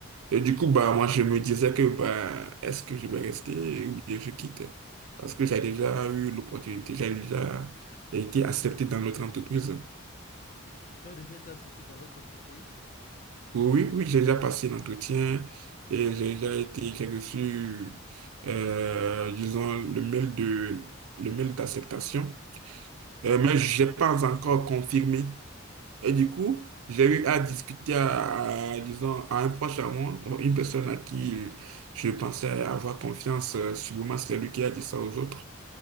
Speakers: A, on the right; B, on the left.
A: Et du coup, bah, moi, je me disais que bah, est-ce que je vais rester ou bien je quitte? Parce que j'ai déjà eu l'opportunité, j'ai déjà été accepté dans notre entreprise.
B: Tu as déjà été accepté dans l'autre entreprise?
A: Oui, oui, oui, j'ai déjà passé l'entretien et j'ai déjà été, j'ai reçu, euh, disons, le mail de, le mail d'acceptation. Euh, mais j'ai pas encore confirmé. Et du coup, j'ai eu à discuter à, à, disons, à un proche à moi, bon, une personne à qui je pensais avoir confiance, euh, sûrement c'est lui qui a dit ça aux autres.